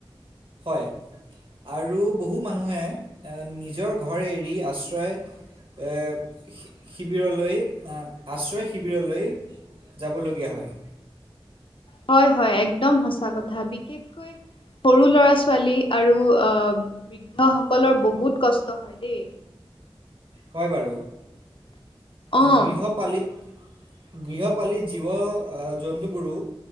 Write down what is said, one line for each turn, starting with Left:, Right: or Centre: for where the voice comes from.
Right: হয় আৰু বহু মানুহে নিজৰ ঘৰ এৰি আশ্ৰয়। এই শিবিৰলৈ আশ্ৰয় শিবিৰলৈ যাবলগীয়া হয়।
Left: হয় হয় একদম সঁচা কথা বিশেষকৈ। সৰু লৰা -ছোৱালী আৰু অ বৃদ্ধ সকলৰ বহুত কষ্ট হয় দেই।
Right: হয় বাৰু
Left: অ',
Right: গৃহপালিত গৃহপালিত জীৱ জন্তুবোৰো।